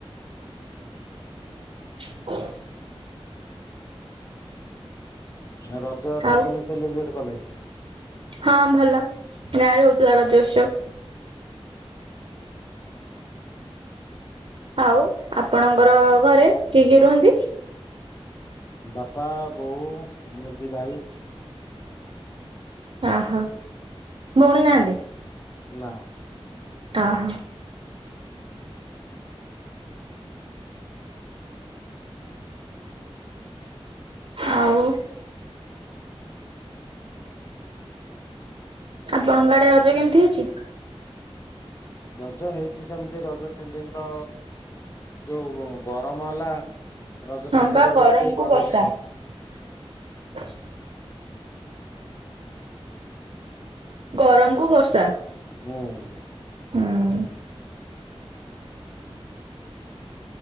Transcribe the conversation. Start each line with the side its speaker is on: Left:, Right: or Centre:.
Right: <inaudible>
Left: ଆଉ ରଜ ଟା
Right: ଆଉ
Left: କେମିତି ସେଲିବ୍ରେଟ କଲେ?
Right: ହଁ ଭଲ ଗାଁରେ ହୋଉଥିଲା ରଜ ଉତ୍ସବ। ଆଉ ଆପଣଙ୍କର ଘରେ କିଏ କିଏ ରୁହନ୍ତି?
Left: ବାପା, ବୋଉ, ମୋର ଦି ଭାଇ।
Right: ଓହୋ ଭଉଣୀ ନାହାନ୍ତି?
Left: ନା।
Right: ଓହୋ। ଆଉ ଆପଣଙ୍କ ଆଡେ ରଜ କେମିତି ହେଇଛି?
Left: ରଜ ହେଇଛି ସେମିତି ରଜ ତିନିଦିନ ତ ଯୋଉ ଗରମ ହେଲା ରଜ
Right: ହଁ
Left: ତ ସେଲିବ୍ରେଟ
Right: ବା ଗରମକୁ
Left: କେହି କ
Right: ବର୍ଷା
Left: <unintelligible>
Right: <inaudible> ଗରମକୁୁ ବର୍ଷା
Left: ହୁଁ।
Right: ହଁ।